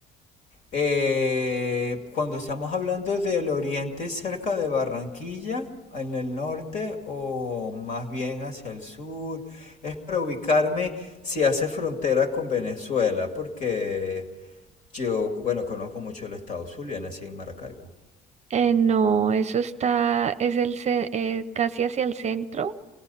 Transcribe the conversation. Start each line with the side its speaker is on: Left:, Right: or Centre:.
Left: Eh, cuando estamos hablando del oriente cerca de Barranquilla, en el norte o más bien hacia el sur, es para ubicarme si hace frontera con Venezuela, porque Yo, bueno, conozco mucho el estado Zulia, nací en Maracaibo.
Right: Eh, no, eso está, es el, ce- eh, casi hacia el centro,